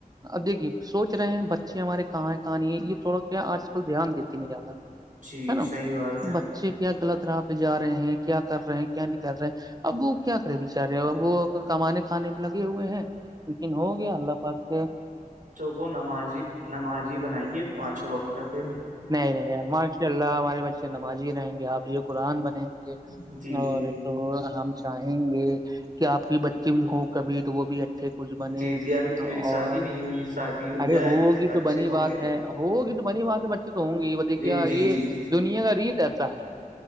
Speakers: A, on the right; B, on the right.
A: اب دیکھیے سوچ رہے ہیں بچے ہمارے کہاں ہیں کہاں نہیں ہے یہ تھوڑا کیا آج کل دھیان دیتے ن زیادہ
B: جی
A: ہے نا
B: صحیح بات ہے
A: بچے کیا غلط راہ پہ جا رہے ہیں کیا کر رہے ہیں کیا نہیں کر رہے ہیں اب وہ کیا کرے بچارے وہ کمانے کھانے بھی لگے ہوئے ہیں لیکن ہو گیا اللہ باک کے
B: وہ نمازی نمازی بنائیے پانچوں وقتک
A: نہیں نہیں ماشاء اللہ ہمارے بچے نماز ہی رہیں گے حاف ہی قرآن بنیں گے
B: جی
A: اور
B: جی
A: تو ہم چاہیں گے کہ آپ کی بچے بھی ہو کبھی تو وہ بھی ا سے کچھ بنے
B: جی جی ابھی تو میری
A: اور
B: شادی نہیں ہوئی شادی ہو
A: ارے
B: جائے
A: ہوگی
B: پھر بچے
A: تو بنی
B: ہوں
A: بات
B: گے
A: ہے ہوگی تو بنی بات ہے بچے تو ہوں گی وہ دیکھیے
B: جی جی
A: یہ
B: جی
A: دنیا کا ریت ایسا ہے